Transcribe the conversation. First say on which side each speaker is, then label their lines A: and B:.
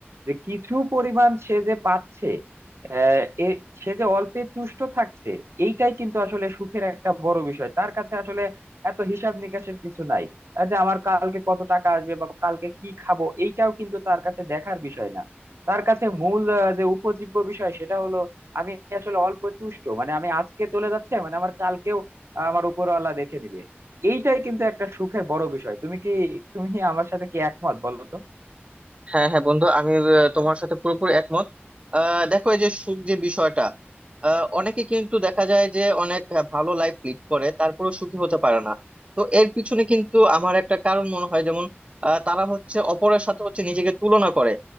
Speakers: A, on the right; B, on the right.
A: যে কিছু পরিমাণ সে যে পাচ্ছে আহ, এ সে যে অল্পে তুষ্ট থাকছে এইটাই কিন্তু আসলে সুখের একটা বড় বিষয় তার কাছে আসলে এত হিসাব নিকাশের কিছু নাই আহ, যে আমার কালকে কত টাকা আসবে বা কালকে কি খাবো এইটাও কিন্তু তার কাছে দেখার বিষয় না তার কাছে মূল আহ, যে উপজীব্য বিষয় সেটা হলো আমি আসলে অল্প তুষ্ট মানে আমি আজকে চলে যাচ্ছে মানে আমার কালকেও আমার উপরওয়ালা দেখে দিবে এইটাই কিন্তু একটা সুখের বড় বিষয় তুমি কি তুমি কি আমার সাথে কি একমত বলো তো
B: হ্যাঁ হ্যাঁ বন্ধু আমি আহ, তোমার সাথে পুরোপুরি একমত আহ, দেখো এই যে সুখ যে বিষয়টা আহ, অনেকে কিন্তু দেখা যায় যে অনেক আহ, ভালো লাইফ লিড করে তারপরেও সুখী হতে পারে না তো এর পিছনে কিন্তু আমার একটা কারণ মনে হয় যেমন আহ, তারা হচ্ছে অপরের সাথে হচ্ছে নিজেকে তুলনা করে